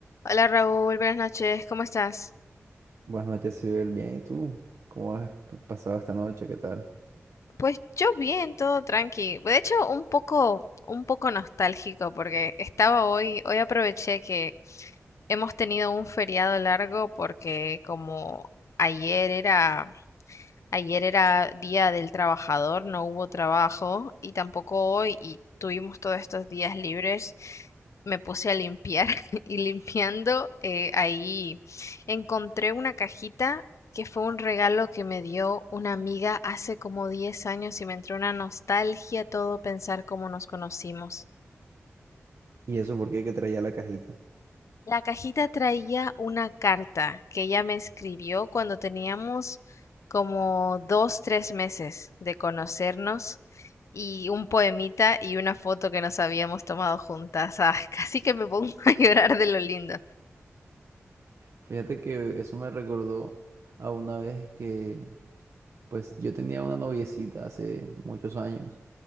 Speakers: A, on the left (about 75°); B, on the right (about 65°).
A: Hola Raúl, buenas noches, ¿cómo estás?
B: Buenas noches, Sibel. Bien, ¿y tú? ¿Cómo has pasado esta noche? ¿Qué tal?
A: Pues yo bien, todo tranqui. De hecho, un poco, un poco nostálgico porque estaba hoy, hoy aproveché que hemos tenido un feriado largo porque como ayer era Ayer era Día del Trabajador, no hubo trabajo y tampoco hoy y tuvimos todos estos días libres. Me puse a limpiar <laughs> y limpiando eh, ahí encontré una cajita que fue un regalo que me dio una amiga hace como 10 años y me entró una nostalgia todo pensar cómo nos conocimos.
B: ¿Y eso por qué que traía la cajita?
A: La cajita traía una carta que ella me escribió cuando teníamos como dos, tres meses de conocernos y un poemita y una foto que nos habíamos tomado juntas. Ah, <laughs> casi que me pongo <laughs> a llorar de lo lindo.
B: Fíjate que eso me recordó a una vez que, pues, yo tenía una noviecita hace muchos años